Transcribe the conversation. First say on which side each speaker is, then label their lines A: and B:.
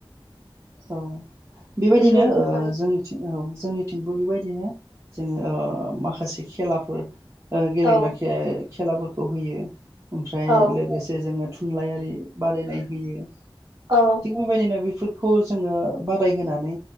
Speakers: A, on the right; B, on the right.
A: औ बेबायदिनो
B: बेबायदिखौ
A: जोंनिथिं औ जोंनिथिं बेबायदिनो जोङो माखासे खेलाफोर ओं गेलेग्रा
B: औ
A: खेल खेलाफोरखौ होयो ओमफ्राय
B: औ
A: लोगोसे जोङो थुनलाइयारि बादायनाय होयो।
B: औ।
A: <unintelligible> बायदिनो बिफोरखौ जोङो बादाय होनानै